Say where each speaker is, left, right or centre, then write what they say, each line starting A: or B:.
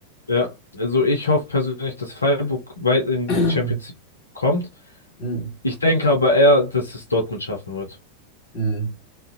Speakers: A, on the left (about 75°); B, on the left (about 35°).
A: Ja, also ich hoffe persönlich, dass Freiburg weit in die
B: <clears throat>
A: Champions League kommt.
B: Hm,
A: Ich denke aber eher, dass es Dortmund schaffen wird.
B: hm.